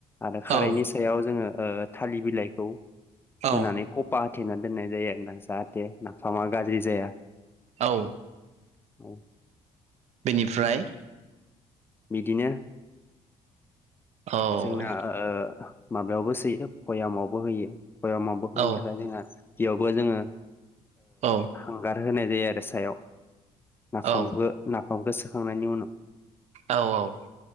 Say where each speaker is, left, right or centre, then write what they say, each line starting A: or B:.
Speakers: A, on the left; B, on the right.
A: आरो खारैनि
B: औ
A: सायाव जोङो ओ थालिर बिलाइखौ
B: औ
A: होनानै कपा होथेना दोननाय जायो आरोना जाहाथे नाफामा गाज्रि जाया।
B: औ
A: औ
B: बिनिफ्राय
A: बिदिनो
B: औ
A: जोंना ओ माबायावबो सोयो भयामावबो होयो भयामम <unintelligible> होनो
B: औ
A: थाखाय जोंहा बेयावबो जोङो
B: औ
A: हांगार होनाय जायो आरो सायाव नाफामखो
B: औ
A: नाफामखो सोखांनायनि उनाव
B: औ औ